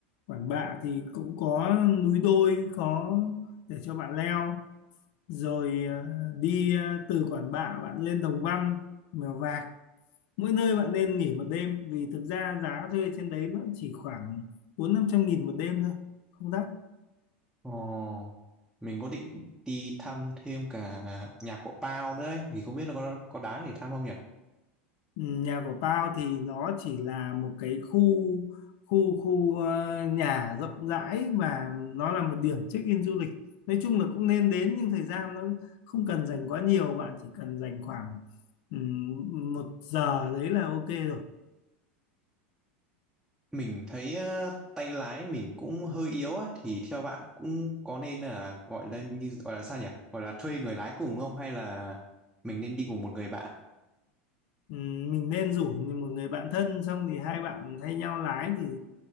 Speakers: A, on the left (about 60°); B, in the centre.
A: Quản Bạ thì cũng có núi đôi có để cho bạn leo rồi ờ, đi ờ, từ Quản Bạ bạn lên Đồng Văn Mèo Vạc mỗi nơi bạn nên nghỉ một đêm vì thực ra giá thuê trên đấy nó chỉ khoảng bốn năm trăm nghìn một đêm thôi không đắt
B: Ồ, mình có định đi thăm thêm cả nhà của Pao nữa ấy, thì không biết nó có có đáng để thăm không nhỉ?
A: Ừ, nhà của tao thì nó chỉ là một cái khu khu khu ờ, nhà rộng rãi và nó là một điểm check-in du lịch nói chung là cũng nên đến nhưng thời gian nó không cần dành quá nhiều bạn chỉ cần dành khoảng ừm, một giờ đấy là ok rồi
B: Mình thấy à, tay lái mình cũng hơi yếu á thì theo bạn cũng có nên là gọi là như gọi là sao nhỉ? Gọi là thuê người lái cùng không hay là mình nên đi cùng một người bạn?
A: Ừ, mình nên rủ một người bạn thân xong thì hai bạn thay nhau lái thì